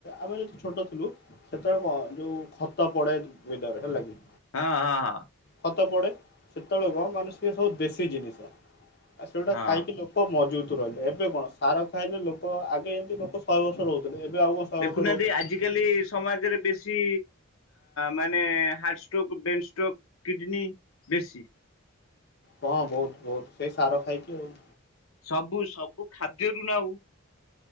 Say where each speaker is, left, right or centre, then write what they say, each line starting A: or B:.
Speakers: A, on the left; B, on the left.
A: ଆମେ ଯତି ଛୋଟ ଥିଲୁ। ସେତେବେଳେ କଣ ଯୋଉ ଖତ ପଡେ <inaudible> ହେଲା କି।
B: ହଁ ହଁ ହଁ
A: ଖତ ପଡ଼େ ସେତେବେଳେ କଣ ମାନଲନେ ସି ଏ ସବୁ ଦେଶୀ ଜିନିଷ ଆଉ ସେଗୁଡା
B: ହଁ।
A: ଖାଇକି ଲୋକ ମଜବୁତ୍ ରହିଲେ ଏବେ କଣ ସାର ଖାଇଲେ ଲୋକ ଆଗେ ଯେମିତି ଲୋକ ଶହେ ବର୍ଷ ରହୁଥିଲେ। ଆଉ କଣ ଶହେ
B: ଦେଖୁନାହାନ୍ତି
A: ବର୍ଷ ରହୁଛନ୍ତି
B: ଆଜିକାଲି ସମାଜରେ ବେଶୀ ମାନେ heart stroke brain stroke kidney ବେଶୀ।
A: ହଁ ବହୁତ ବହୁତ ସେଇ ସାର ଖାଇଛିି ଆଉ।
B: ସବୁ ସବୁ ଖାଦ୍ୟରୁ ନା ଆଉ।